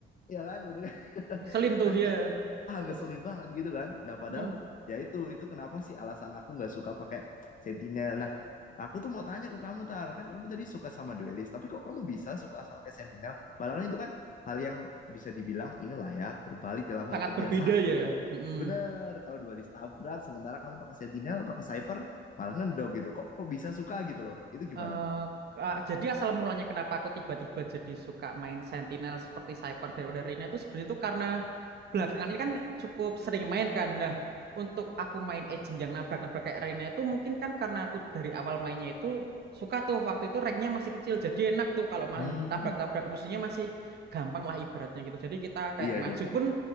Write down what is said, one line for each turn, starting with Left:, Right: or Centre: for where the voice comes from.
Left: Iya kan bener kan?
Right: Ngeselin tuh
Left: kan
Right: ya.
Left: kayak ah
Right: Terus.
Left: ngeselin banget gitu kan nah padahal
Right: mm.
Left: ya itu itu kenapa sih alasan aku nggak suka pakai sentinel nah aku tuh mau tanya ke kamu tar kan kamu tadi suka sama duelist tapi kok kamu bisa suka sama pakai sentinel padahal kan itu kan hal yang bisa dibilang inilah ya terbalik dalam hal
Right: Sangat
Left: kebiasaan
Right: berbeda ya.
Left: gitu
Right: Mm-mm.
Left: bener kalau duelist tabrak sementara kamu pakai sentinel pakai sniper malah ngendog gitu kok kok bisa suka gitu loh itu gimana
Right: Eh,
Left: tuh
Right: ah, jadi asal mulanya kenapa aku tiba-tiba jadi suka main Sentinel seperti Cyper daripada Reyna itu sebenarnya itu karena belakangan ini kan cukup sering main kan. Nah, untuk aku main agent yang nabrak-nabrak kayak Reyna itu mungkin kan karena aku dari awal mainnya itu suka tuh waktu itu ranknya masih kecil jadi enak tuh kalau main
Left: hmm
Right: tabrak-tabrak musuhnya masih gampang lah ibaratnya gitu. Jadi kita kayak
Left: iya
Right: maju
Left: iya
Right: pun